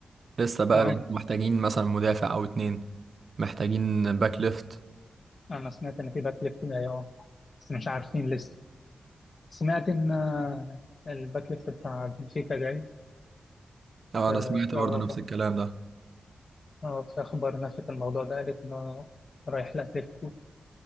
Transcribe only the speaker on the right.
لسه بقى
انتوا محتاجين مثلا مدافع او اتنين محتاجين باك ليفت
اه
انا سمعت
برضو
نفس الكلام ده